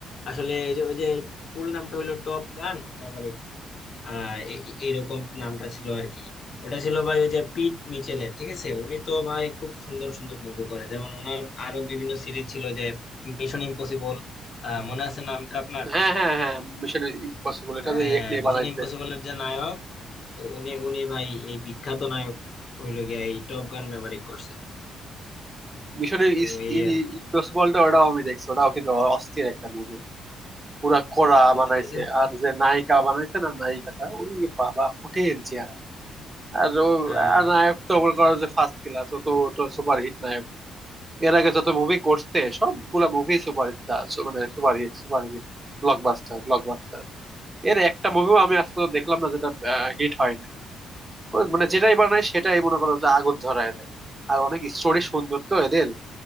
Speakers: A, on the left (about 50°); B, on the right (about 20°).
A: আসলে এই যে ওই যে ফুল নামটা হলো টপ গান ম্যাভারিক আহ এ- এ- এরকম নামটা ছিল আর কি ওটা ছিল ভাই ওই যে পিট মিচেলের ঠিক আছে উনি তো ভাই খুব সুন্দর সুন্দর মুভি করে যেমন ওনার আরো বিভিন্ন সিরিজ ছিল যে মিশন ইম্পসিবল মনে আছে নামটা আপনার
B: হ্যাঁ হ্যাঁ হ্যাঁ মিশন ইম্পসিবল এটা
A: হ্যাঁ
B: যে এক নিয়ে
A: মিশন
B: বানাইছে
A: ইম্পসিবলের যে নায়ক উ- উনি উনি ভাই এই বিখ্যাত নায়ক হইলো গিয়া এই টপ গান ব্যবহার করছে
B: মিশনের
A: তো এই আর কি
B: ইম্পসিবলটা ওটাও আমি দেখছি ওটাও কিন্তু অস্থির একটা মুভি পুরা কড়া
A: আহ, কোনটা
B: বানাইছে
A: বুঝি না
B: আর যে নায়িকা বানাইছে না নায়িকাটা ওই বাবা কঠিন চেহারা আর ও
A: আহ,
B: আর নায়ক তো মনে করো যে ফার্স্ট ক্লাস ও তো সুপার হিট নায়ক এর আগে যত মুভি করছে সবগুলা মুভি সুপার মানে super hit super hit blockbuster blockbuster এর একটা মুভিও আমি আজ পর্যন্ত দেখলাম না যেটা হিট হয় না ও মানে যেটাই বানায় সেটাই মনে করো যে আগুন ঝরায় দেয় আর অনেক স্টোরি সুন্দর তো এদের